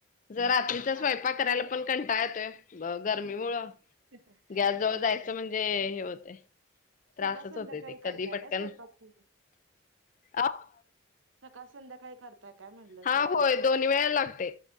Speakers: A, on the left; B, on the right.
A: जर रात्रीचा स्वयंपाक
B: हा
A: करायला पण कंटाळ येतोय, गरमीमुळ
B: हा
A: गॅस जवळ
B: होय
A: जायचं म्हणजे हे होतय. त्रासच
B: सकाळ -संध्याकाळी
A: होतय ते
B: करताय
A: कधी पटकन
B: काय स्वयंपाक? <inaudible>
A: अहो
B: सकाळ संध्याकाळी करत ताय काय म्हणलं?
A: हा
B: स्वयंपाक
A: होय दोन्ही वेळेला लागतय,